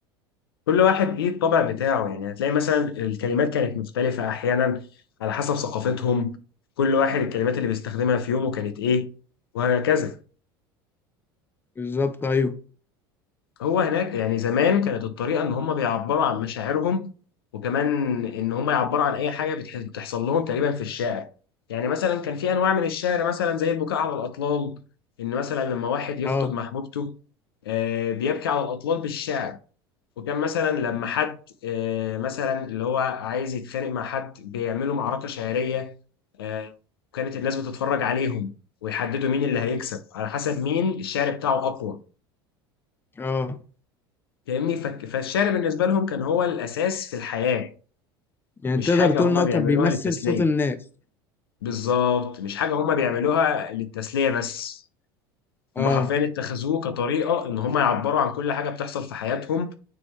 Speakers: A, on the left; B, on the left.
A: كل واحد ليه الطبع بتاعه يعني هتلاقي مثلا الكلمات كانت مختلفة أحيانا على حسب ثقافتهم كل واحد الكلمات اللي بيستخدمها في يومه كانت إيه وهكذا
B: بالظبط ايوه
A: هو هناك يعني زمان كانت الطريقة إن هم بيعبروا عن مشاعرهم وكمان إن هم يعبروا عن أي حاجة بتح- بتحصل لهم تقريبا في الشعر يعني مثلا كان في أنواع من الشعر مثلا زي البكاء على الأطلال إن مثلا لما واحد يفقد
B: اه
A: محبوبته آه، بيبكي على الأطلال بالشعر وكان مثلا لما حد آه، مثلا اللي هو عايز يتخانق مع حد بيعملوا معركة شعرية آه، وكانت الناس بتتفرج عليهم ويحددوا مين اللي هيكسب على حسب مين الشعر بتاعه أقوى
B: اه
A: فاهمني فك- فالشعر بالنسبة لهم كان هو الأساس في الحياة
B: يعني
A: مش
B: تقدر
A: حاجة
B: تقول
A: هما
B: ان هو
A: بيعملوها
B: كان بيمثل
A: للتسلية
B: صوت الناس
A: بالظبط مش حاجة هما بيعملوها للتسلية بس
B: اه
A: هما حرفيا اتخذوه كطريقة إن هما يعبروا عن كل حاجة بتحصل في حياتهم